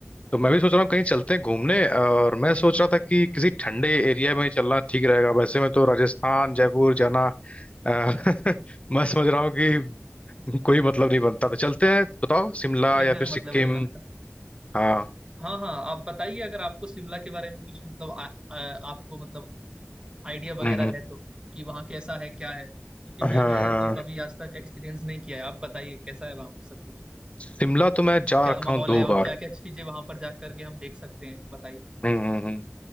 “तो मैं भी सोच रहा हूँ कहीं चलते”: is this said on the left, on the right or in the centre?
Left